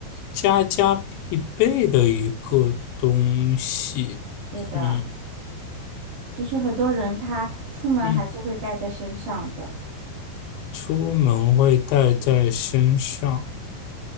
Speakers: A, on the left; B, on the right.
A: 家家必备的一个东西，
B: 对的，
A: 嗯
B: 就是很多人他出门还是会带在身上的，
A: 嗯，出门会带在身上，